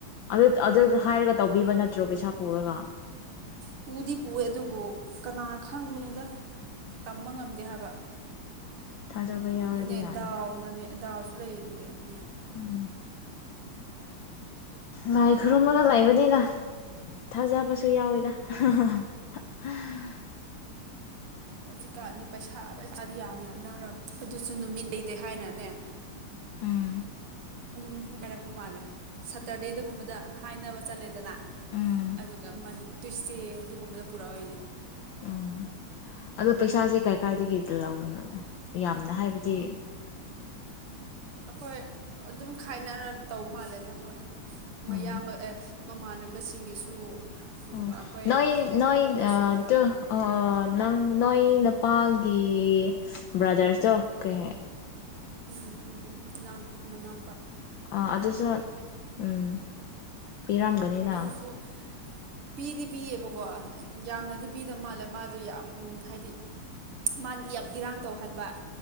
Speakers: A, on the left; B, on the right.
A: ꯑꯗꯨ ꯑꯗꯨ ꯍꯥꯏꯔꯒ ꯇꯧꯕꯤꯕ ꯅꯠꯇ꯭ꯔꯣ ꯄꯩꯁꯥ ꯄꯨꯔꯒ
B: ꯄꯨꯗꯤ ꯄꯨꯑꯦ ꯑꯗꯨꯕꯨ ꯀꯅꯥ ꯈꯪꯕꯅꯣꯅꯗ ꯇꯝꯕ ꯉꯝꯗꯦ ꯍꯥꯏꯕ
A: ꯊꯥꯖꯕ ꯌꯥꯎꯔꯗꯤ
B: ꯑꯗꯨꯅꯦ
A: ꯌꯥꯔꯦꯗ
B: ꯗꯥꯎꯅꯅꯦ ꯗꯥꯎꯁꯨ ꯂꯩꯌꯦ ꯑꯗꯨꯗꯤ ꯃꯤ
A: ꯎꯝ ꯂꯥꯏ ꯈꯨꯔꯨꯝꯃꯒ ꯂꯩꯕꯅꯤꯅ ꯊꯥꯖꯕꯁꯨ ꯌꯥꯎꯋꯤꯗ ꯍꯥꯍꯥꯍꯥ ꯍꯥꯍꯥ
B: ꯍꯧꯖꯤꯛꯀꯥꯟꯗꯤ ꯄꯩꯁꯥ ꯄꯩꯁꯥꯗꯤ ꯌꯥꯝꯅ ꯄꯤꯅꯔꯝꯅꯦ ꯑꯗꯨꯁꯨ ꯅꯨꯃꯤꯠ ꯂꯩꯇꯦ ꯍꯥꯏꯅꯅꯦ
A: ꯎꯝ
B: ꯑꯗꯨꯝ ꯍꯥꯏꯔꯛꯄ ꯃꯥꯜꯂꯦ ꯁꯇꯔꯗꯦꯗꯒꯨꯝꯕꯗ ꯍꯥꯏꯅꯕ ꯆꯠꯂꯦꯗꯅ
A: ꯎꯝ
B: ꯑꯗꯨꯒ ꯇ꯭ꯨꯢꯁꯗꯦ ꯑꯗꯨꯒꯨꯝꯕꯗ ꯄꯨꯔꯛꯑꯣꯏꯌꯦ
A: ꯎꯝ ꯑꯗꯣ ꯄꯩꯁꯥꯁꯦ ꯀꯥꯏ ꯀꯥꯏꯗꯒꯤ ꯂꯧꯅꯣ ꯌꯥꯝꯅ ꯍꯥꯏꯕꯗꯤ
B: ꯑꯩꯈꯣꯏ ꯑꯗꯨꯝ ꯈꯥꯏꯅꯔ ꯇꯧ ꯃꯥꯜꯂꯦꯗ ꯃꯣꯏ ꯃꯌꯥꯝꯕ
A: ꯎꯝ
B: ꯑꯦ ꯃꯃꯥꯟꯅꯕꯁꯤꯡꯒꯤꯁꯨ ꯑꯗꯨꯒ
A: ꯑꯣ
B: ꯑꯩꯈꯣꯏ
A: ꯅꯣꯏ ꯅꯣꯏ
B: ꯏꯄꯨꯒꯤꯁꯨ
A: ꯑ ꯇꯨ ꯑ ꯅꯪ ꯅꯣꯏ ꯅꯨꯄꯥꯒꯤ ꯕ꯭ꯔꯥꯗꯔꯇꯣ ꯀꯩ ꯍꯥꯏ
B: ꯎꯝ ꯎꯝ ꯎꯝ ꯅꯥꯟ ꯃꯨꯅꯥꯟ
A: ꯑꯥ ꯑꯗꯨꯗꯁꯨ ꯎꯝ ꯄꯤꯔꯝꯒꯅꯤꯅ
B: ꯑꯗꯨꯁꯨ ꯄꯤꯗꯤ ꯄꯤꯌꯦꯕꯀꯣ ꯌꯥꯝꯅꯗꯤ ꯄꯤꯗꯕ ꯃꯥꯜꯂꯦ ꯃꯥꯗ ꯌꯥꯝ ꯍꯥꯏꯗꯤ ꯃꯥꯅ ꯌꯥꯝ ꯏꯔꯥꯡ ꯇꯧꯍꯟꯕ